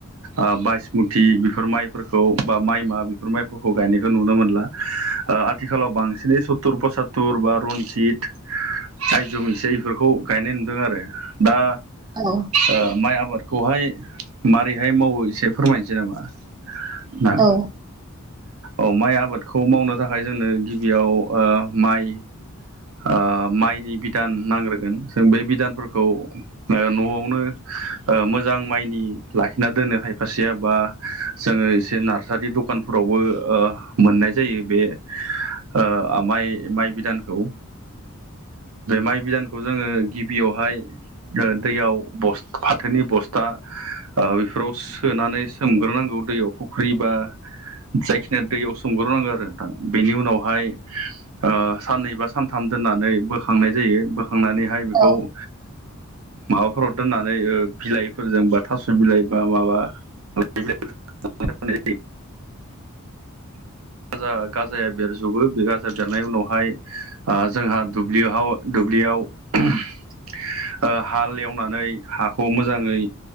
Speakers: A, on the right (about 70°); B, on the right (about 20°).
A: ओ बायसमुथि बेफोर माइफोरखौ बा माइ मा बेफोर माइ खौ गायनायखौ नुनो मोनला आथिखालाव बांसिनै सतुर पसात्तुर बा रनजित आइजुम एसे बेफोरखौ गायनाय नुदों आरो दा
B: औ
A: ओ माइ आबादखौहाय मारैहाय मावो एसे फोरमायनोसै नामा ना
B: औ
A: औ माइ आबादखौ मावनो थाखाय जोंनो गिबियाव ओ माइ ओ माइनि बिधान नांग्रोगोन जों बे बिदानफोरखौ न'आवनो मोजां माइनि लाखिना दोनो खायफासेया बा जोंङो एसे नार्सारि दखानफोरावबो मोननाय जायो बे ओ माइ माइ बिदानखौ माइ बिदानखौ जोंङो गिबियावहाय दैयाव बस फाथोनि बस्था बेफोराव सोनानै सोमग्रोनांगौ दैयाव। फुख्रिबा जायखिनिया दैयाव सोमग्रोनांगौ आरो नोंथां बेनि उनावहाय ओ साननै बा सानथाम दोननानै बोखांनाय जायो बोखांनानैहाय बेखौ
B: औ
A: ओ माबाफोराव दोननानै बिलाइफोरजों बा थास' बिलाइ बा माबा <unintelligible> गाजा गाजा जाया बेरजोबो बे गाजा बेरनायनि उनावहाय अ जोंहा दुब्लिहाव दुब्लियाव ओ हाल एवनानै हाखौ मोजाङै